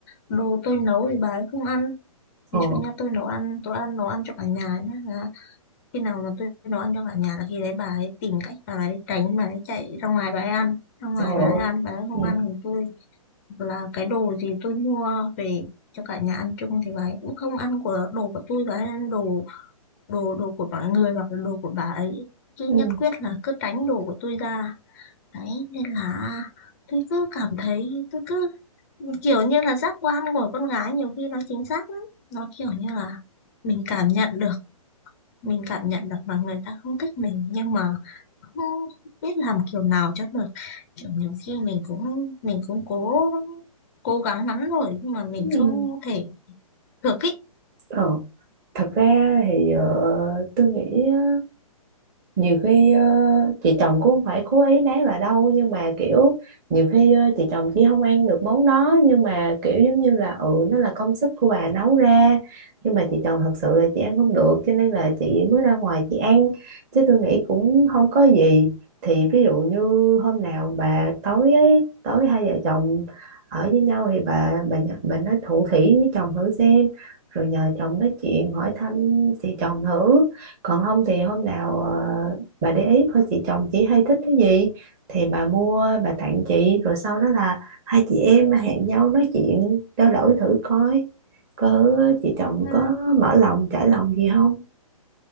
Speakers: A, on the left (about 25°); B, on the right (about 25°).
A: đồ tôi nấu thì bà ấy không ăn ví
B: ừ
A: dụ như tôi nấu ăn tôi ăn nấu ăn cho cả nhà nhá là khi nào mà tôi nấu ăn cho cả nhà là khi đấy bà ấy tìm cách bà ấy tránh bà ấy chạy ra ngoài bà ấy ăn ra ngoài
B: trời ơi
A: bà ấy ăn bà ấy không
B: ừ
A: ăn thì tôi hoặc là cái đồ gì tôi mua về cho cả nhà ăn chung thì bà ấy cũng không ăn của đồ của tôi và ăn đồ đồ đồ của mọi người hoặc là đồ của bà ấy chứ
B: ừ
A: nhất quyết là cứ tránh đồ của tôi ra đấy nên là tôi cứ cảm thấy tôi cứ kiểu như là giác quan của con gái nhiều khi nó chính xác lắm nó kiểu như là mình cảm nhận được mình cảm nhận được là người ta không thích mình nhưng mà không biết làm kiểu nào cho được kiểu nhiều khi mình cũng mình cũng cố cố gắng lắm rồi nhưng mà mình
B: ừ ừ
A: không thể được ý
B: Ờ, thật ra thì ờ, tôi nghĩ á, nhiều khi ờ, chị chồng cũng không phải cố ý nấy bà đâu nhưng mà kiểu nhiều khi ờ, chị chồng chỉ không ăn được món đó nhưng mà kiểu giống như là ừ nó là công sức của bà nấu ra nhưng mà chị chồng thật sự là chị ăn không được cho nên là chị mới ra ngoài chị ăn chứ tôi nghĩ cũng không có gì thì ví dụ như hôm nào bà tối ấy, tối hai vợ chồng ở với nhau thì bà bà nhờ- bà nói thủ thỉ với chồng thử xem rồi nhờ chồng nói chuyện hỏi thăm chị chồng thử còn không thì hôm nào ờ, bà để ý coi chị chồng chị hay thích cái gì thì bà mua bà tặng chị rồi sau đó là hai chị em hẹn nhau nói chuyện trao đổi thử coi có chị chồng
A: Ừ,
B: có mở lòng trải lòng gì không